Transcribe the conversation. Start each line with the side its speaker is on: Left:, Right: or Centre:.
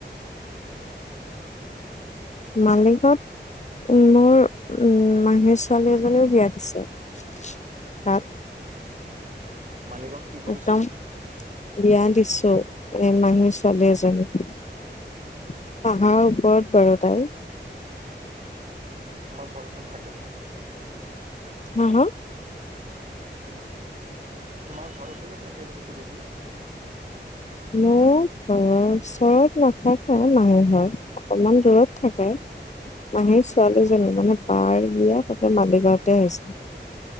Left: মালিগাঁৱত মোৰ উম মাহিৰ ছোৱালী এজনীও বিয়া দিছে। <inaudible>
Right: মালিগাঁওত কি কৰিছে?
Left: একদম বিয়া দিছো এ মহীৰ ছোৱালী এজনী। পাহাৰৰ
Right: অ
Left: ওপৰত বাৰু তাই।
Right: তোমাৰ ঘৰওচৰত থাকে?
Left: হা হা?
Right: তোমাৰ ঘৰৰ ওচৰতে থাকে সেইটো সুধিছো?
Left: মোৰ ঘৰৰ ওচৰত নাথাকে, মহী ঘৰ অকমান দূৰত থাকে। মাহীৰ ছোৱালীজনী
Right: অ
Left: মানে বাৰ বিয়া তাতে মালিগাঁৱতে হৈছে।